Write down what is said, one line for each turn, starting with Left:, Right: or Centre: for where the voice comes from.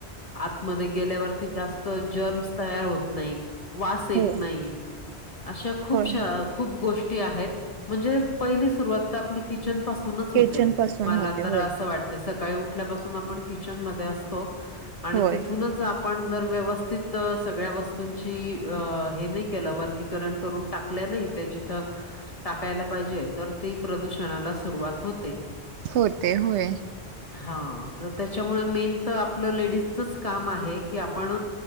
Left: आतमध्ये गेल्यावरती जास्त जर्मस तयार होत नाही. वास येत
Right: हो
Left: नाही, अशा खूपशा
Right: होय
Left: खूप गोष्टी आहेत, म्हणजे पहिली सुरुवात आपली किचन पासूनच
Right: किचन
Left: होते,
Right: पासून
Left: मला
Right: होते
Left: तर
Right: होय
Left: असं वाट ते सकाळी उठल्यापासून आपण किचन मध्ये असतो, आणि
Right: होय
Left: तिथूनच आ पण जर व्यवस्थित सगळ्या वस्तूंची अ हे नाही केलं वर्गीकरण करून टाकल्या नाही त्या जिथं टाकायला पाहिजे तर ती प्रदूषणाला सुरुवात होते.
Right: होते होय.
Left: हा तर त्याच्यामुळे मेन तर आपलं लेडीजचच काम आहे. कि आपण,